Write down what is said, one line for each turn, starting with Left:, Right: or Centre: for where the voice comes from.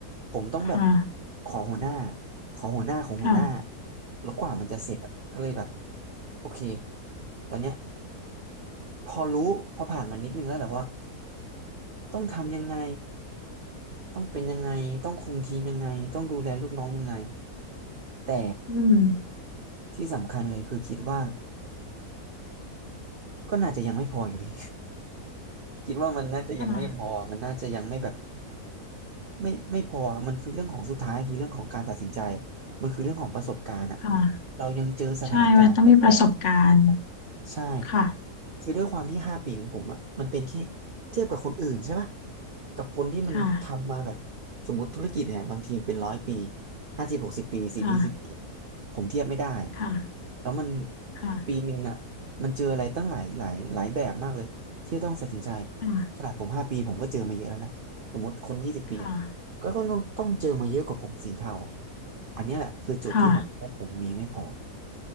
Right: ผมต้องแบบ
Left: ค่ะ
Right: ขอหัวหน้าขอหัวหน้าของหัวหน้า
Left: ค่ะ
Right: แล้วกว่ามันจะเสร็จอะก็เลยแบบโอเคตอนเนี้ยพอรู้พอผ่านมานิดนึงแล้วแหละว่าต้องทำยังไงต้องเป็นยังไงต้องคุมทีมยังไงต้องดูแลลูกน้องยังไงแต่
Left: อืม
Right: ที่สำคัญเลยคือคิดว่าก็น่าจะยังไม่พออยู่ดี <laughs> คิดว่ามันน่าจะยังไม่พอมันน่าจะยังไม่แบบ
Left: ค่ะ
Right: ไม่ไม่พออะมันคือเรื่องของสุดท้ายคือเรื่องของการตัดสินใจมันคือเรื่องของประสบการณ์อะ
Left: ค่ะ
Right: เรายังเจอสถานการณ์แปลก
Left: ใช่ว่าต้องมีประสบการณ์
Right: ๆใช่
Left: ค่ะ
Right: คือด้วยความที่ห้าปีของผมอะมันเป็นแค่เทียบกับคนอื่นใช่ปะกับคนที่มันทำมาแบบ
Left: ค่ะ
Right: สมมติธุรกิจเนี่ยบางทีเป็นร้อยปีห้าสิบหกสิบปีสี่ยี่สิบปี
Left: ค่ะ
Right: ผมเทียบไม่ได้
Left: ค่ะ
Right: แล้วมัน
Left: ค่ะ
Right: ปีหนึ่งอะมันเจออะไรตั้งหลายหลายหลายแบบมากเลยที่จะต้องตัดสินใจ
Left: ค่ะ
Right: ขนาดผมห้าปีผมก็เจอมาเยอะแล้วนะสมมติคนยี่สิบปีอะ
Left: ค่ะ
Right: ก็ก็ต้องต้องเจอมาเยอะกว่าผมสีเทาอันเนี้ยแหละคือจุดที่ผมว่าผมมีไม่พอ
Left: ค่ะ